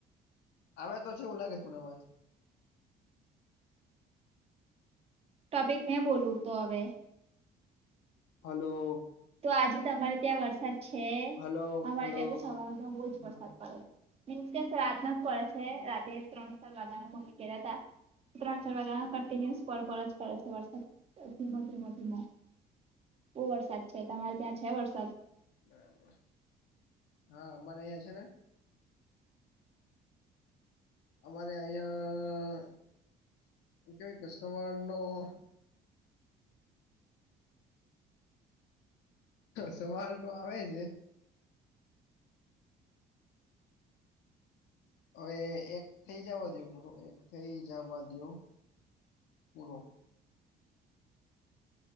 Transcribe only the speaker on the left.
આવે તો છેવું લાગે છે મરાવાજ
હલો.
હલો
હલો
હલો
બરાબર હા અમારા અહીંયા છે ને અમારે અહિયાં કેવાય કે સવાર નો- - સવાલ તો આવે છે. હવે એક થઇ જવા દો પૂરો એક થઇ જવા દો પૂરો- -